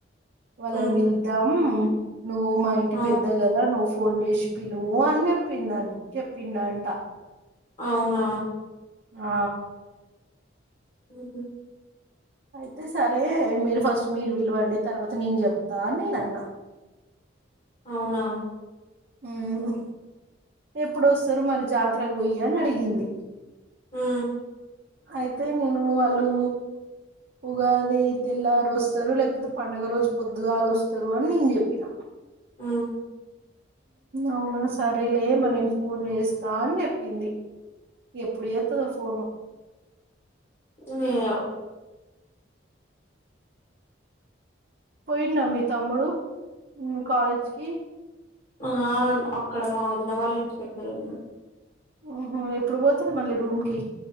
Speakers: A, on the right; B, on the left.
A: వాళ్ళన్
B: ఉమ్
A: పిలుద్దాం నువ్వు మా ఇంటి
B: అవు
A: పెద్ద కదా నువ్ ఫోన్ చేసి పిలువూ అని చెప్పింద చెప్పిండంట
B: అవునా
A: ఆ
B: ఉ హు
A: అయితే సరే మీరు ఫస్ట్ మీరు విలవండి తర్వాత నేను చెప్తా అని నేనన్నా
B: అవునా
A: ఉమ్ ఎప్పుడొస్తరు మరి జాతరకు పోయ్యి అని అడిగింది
B: ఉమ్
A: అయితే నేనూ అలూ ఉగాది తెల్లారొస్తరు లేకపోతే పండుగ రోజు పొద్దుగాలొస్తరు అని నేన్ చెప్పిన
B: ఉమ్
A: అవునా సరేలే మరి నేను ఫోన్ చేస్తా అని చెప్పింది ఎప్పుడు చెత్తదో ఫోను
B: ఎమో
A: పోయిండా మీ తమ్ముడు కాలేజీకి
B: ఆ అక్కడ మా వదిన వాళ్ళింటి దగ్గర ఉన్నాడు
A: ఓహో ఎప్పుడు పోతడు మళ్ళీ రూమ్కి